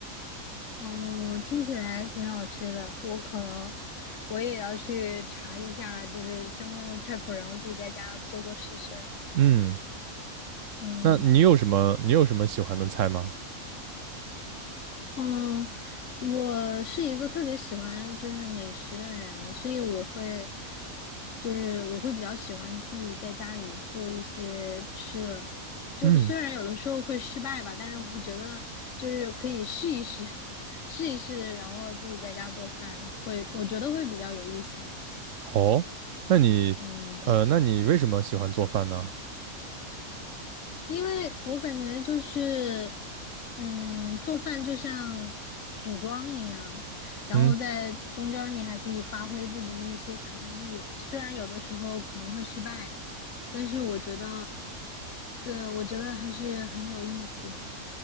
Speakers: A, on the left; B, on the right.
A: 嗯，听起来挺好吃的，我可能我也要去查一下，就是相关的菜谱，然后自己在家做做试试。
B: 嗯，
A: 嗯，
B: 那你有什么你有什么喜欢的菜吗？
A: 嗯，我是一个特别喜欢就是美食的人，所以我会就是我会比较喜欢自己在家里做一些吃的，就虽然有的时候会失败吧，
B: 嗯，
A: 但是我觉得就是可以试一试，<laughs> 试一试，然后自己在家做饭会，我觉得会比较有意思的
B: 哦，那你呃，
A: 嗯
B: 那你为什么喜欢做饭呢？
A: 因为我感觉就是，嗯，做饭就像组装一样，然后在中间儿你还可以发挥自己一些想象力，
B: 嗯，
A: 虽然有的时候可能会失败，但是我觉得，对，我觉得还是很有意思的。